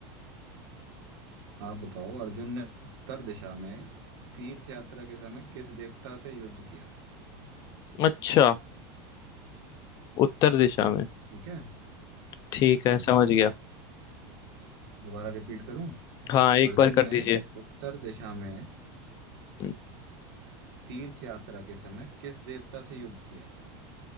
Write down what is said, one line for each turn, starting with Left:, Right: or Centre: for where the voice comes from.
Right: आप बताओ अर्जुन ने उत्तर दिशा में तीर्थ यात्रा के समय किस देवता से युद्ध किया था
Left: अच्छा उत्तर दिशा में
Right: ठीक है
Left: ठीक है
Right: हाँ
Left: समझ गया
Right: दोबारा रिपीट करूं
Left: हाँ एक
Right: अर्जुन
Left: बार कर
Right: ने
Left: दीजिए
Right: उत्तर दिशा में
Left: हम्म,
Right: तीर्थ यात्रा के समय किस देवता से युद्ध किया